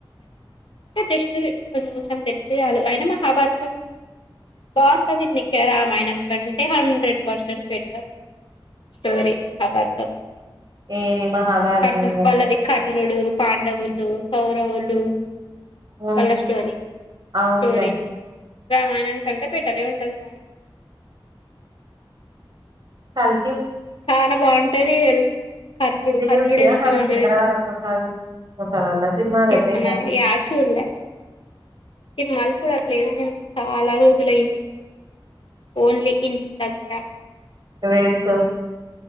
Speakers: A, on the left; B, on the right.
A: జస్ట్ కొంచెం తెలిస్తే చాలు ఆయన మహాభారతం బాగుంటది మీకె రామాయణం కంటే హండ్రెడ్ పర్సెంట్ బెట్. స్టోరీ అపార్థం
B: ఏది మహాభారతం
A: కర్ణ్
B: దా
A: వాళ్ళది కర్ణుడు పాండవులు కౌరవుల్లు
B: ఉమ్
A: కళ్ల స్టోరీస్
B: అవునులే
A: స్టోరీ రామాయణం కంటే బెటరె ఉంటది నాది
B: కల్
A: చాలా బాగుంటది తెల్స్ కర్ణుడు
B: ఇది
A: కర్ణుడు
B: చూసివా
A: ఎంత
B: మన
A: మంచిగా
B: శంకరవరప్రసాద్
A: తేల్స
B: ముసలోళ్ళ సినిమాదైతే
A: సినిమానా
B: ఇంగా
A: ఎడ్ చూడలే సినిమాలు చూడట్లేదు నేను. చాలా రోజులయింది ఓన్లీ ఇన్స్టాగ్రామ్
B: ఇవెల్స్